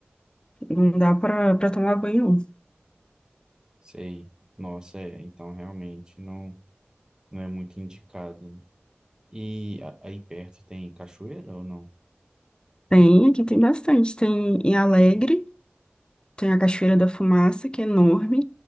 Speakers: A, on the left; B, on the right.
A: não dá para para tomar banho. não.
B: Sei. Nossa, é. Então, realmente, não, não é muito indicado, né? E a- aí perto tem cachoeira ou não?
A: Tem, aqui tem bastante. Tem em Alegre, tem a Cachoeira da Fumaça, que é enorme.